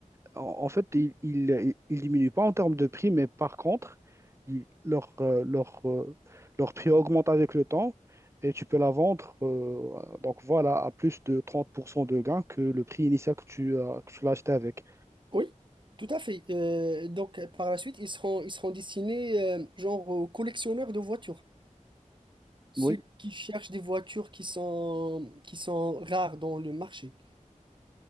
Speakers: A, on the right; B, on the right.
A: en, en fait, il, il, il diminue pas en termes de prix, mais par contre, il- leur, euh, leur, euh, leur prix augmente avec le temps et tu peux la vendre euh, donc voilà, à plus de 30% de gain que le prix initial que tu, as- que tu l'as acheté avec.
B: Oui, tout à fait. Euh, donc, euh, par la suite, ils seront, ils seront destinés, euh, genre, aux collectionneurs de voitures. Ceux
A: Oui,
B: qui cherchent des voitures qui sont, qui sont rares dans le marché.